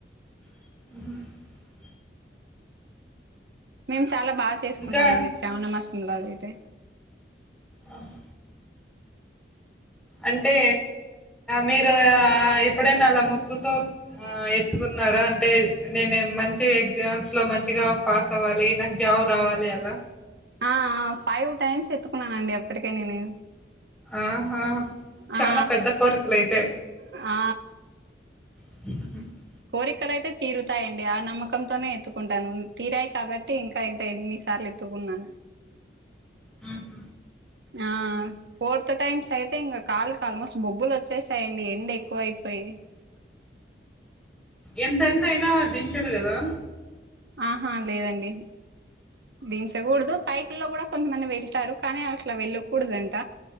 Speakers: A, in the centre; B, on the right (about 65°).
A: <inaudible>
B: మేము చాలా బాగా చేసుకుంటామండి
A: ఇంకా
B: శ్రావణ మాసంలో అదయితే
A: ఆ <inaudible> అంటే మీరు ఎప్పుడైనా నా మీదా అలా మొక్కుకో ఆ ఎత్తుకున్నారు అంటే నేను మంచి ఎగ్జామ్స్ లో మంచిగా పాస్ అవ్వాలి నాకు జాబ్ రావాలి అలా
B: ఆ ఆ ఫైవ్ టైమ్స్ ఎత్తుకున్నానండి ఇప్పటికే నేను.
A: ఆహా! చానా
B: ఆ
A: పెద్ద కోరికలు అయితే
B: ఆ
A: <inaudible>
B: కోరికలు అయితే తీరుతాయండి. ఆ నమ్మకంతోనే ఎత్తుకుంటాను. తీరాయి కాబట్టి ఇంకా ఇంకా ఎన్ని సార్లు ఎత్తుకున్నా
A: మ్
B: ఆ ఫోర్త్ టైమ్ అయితే, ఇంక కాలుకి ఆల్మోస్ట్ బొబ్బులు వచ్చేసాయండి. ఎండ ఎక్కువ అయిపోయి.
A: ఎంత ఎండ అయినా దించరు కదా?
B: ఆహా! లేదండి దించకూడదు పైపులో కూడా కొంతమంది వెళ్తారు కానీ అట్లా వెళ్ళకూడదంట